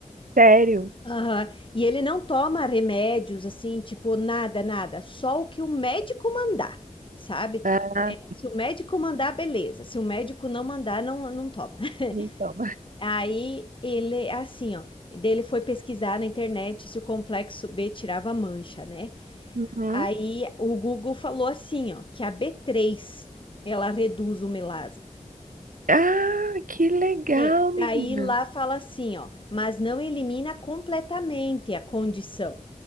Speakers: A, on the right; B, on the left.
A: sério?
B: Aham. E ele não toma remédios assim, tipo, nada, nada. Só o que o médico mandar, sabe?
A: Ah,
B: Se o médico mandar, beleza. Se o médico não mandar, não, não toma. <laughs>
A: então.
B: Aí ele, assim, ó, dele foi pesquisar na internet se o complexo B tirava mancha, né?
A: Uhum.
B: Aí o Google falou assim, ó, que a B3 ela reduz o melasma.
A: Ah, que legal,
B: É, daí
A: menina.
B: lá fala assim, ó, mas não elimina completamente a condição.